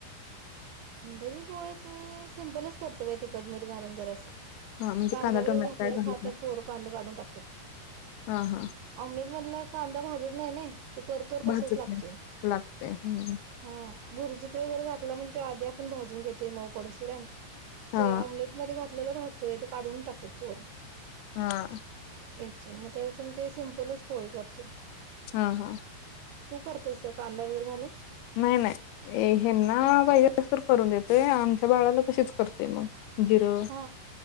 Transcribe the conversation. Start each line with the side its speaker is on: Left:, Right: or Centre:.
Right: अंड्याची पोळी मी सिंम्पलच करतो बाई तिखट, मीठ घालून जरास
Left: हा म्हणजे
Right: कांदा वगैरे
Left: टोमॅटो
Right: घातलेला
Left: काय घालत
Right: खात
Left: नाही
Right: नाय. पोरं कांदा काढून टाकत
Left: हा हा
Right: <unintelligible> ऑमलेट मधलं कांदा भाजत नाई, नाई. ते करकर
Left: भाजत
Right: तसाच लागतोय.
Left: नाही लागतय हम्म
Right: हा बुरजीत वगैरे घातला म्हजी तो आधी आपण भाजून घेतोय मऊ पडसतोवर <unintelligible>
Left: हा
Right: ते ऑम्लेटमध्ये घात लगे राहतोय ते काढून टाकत्यात पोरं
Left: हा.
Right: याच <unintelligible> मग त्यापेक्षा मी ते सिम्पलच पोळी करतोय.
Left: हा, हा.
Right: तू करतेस का कांदा वगैरे घालून?
Left: नाही नाही हेंना पाहिजे तस करून देते, आमच्या बाळाला तशीच कर तोय मग जिरं,
Right: हा